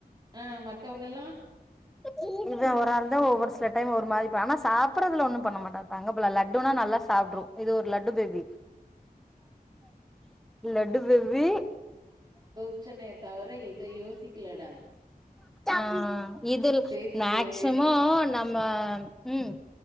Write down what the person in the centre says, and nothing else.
<unintelligible> இவன் ஒரு ஆள் தான் ஒவ்வொரு சில டைம் ஒரு மாரி ஆனா சாப்படுறது ஒன்னும் பண்ண மாட்டாங்க தங்கபுள்ள லட்டுன்னா நல்லா சாப்ட்ரும் இது ஒரு லட்டு பேபி
லட்டு பேபி
ஆ இது
மேக்சிமம் நம்ம ம்